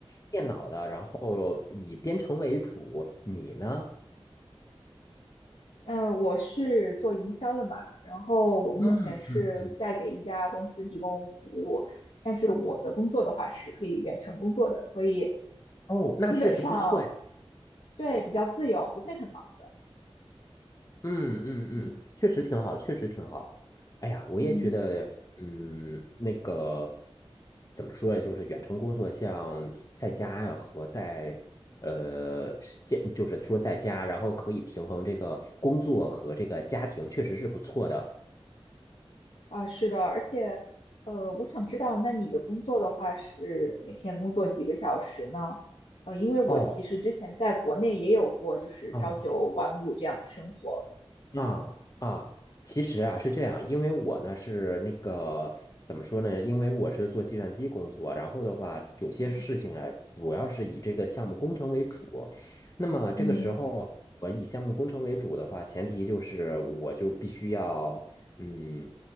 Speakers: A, on the left; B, on the left.
A: 电脑的，然后以编程为主。你呢？
B: 那我是做营销的嘛，然后我目前是在给一家公司提供服务，
A: 嗯嗯嗯，
B: 但是我的工作的话是可以远程工作的，所以
A: 哦，那确实不错呀。
B: 基本上对比较自由，不会很忙。
A: 嗯嗯嗯，
B: 你
A: 确实挺好，确实挺好。哎呀，我也觉得，
B: 嗯，
A: 嗯，那个怎么说呀？就是远程工作，像在家呀和在呃，是见就是说在家，然后可以平衡这个工作和这个家庭，确实是不错的。
B: 啊，是的，而且，呃，我想知道，那你的工作的话是每天工作几个小时呢？呃，因为我其实之前在国内也有过，
A: 哦，
B: 就是朝九晚五这样的生活。
A: 啊。嗯啊啊，其实啊是这样，因为我呢是那个怎么说呢？因为我是做计算机工作，然后的话有些事情啊，
B: 嗯
A: 主要是以这个项目工程为主。那么这个时候，
B: 嗯
A: 我以项目工程为主的话，前提就是我就必须要嗯，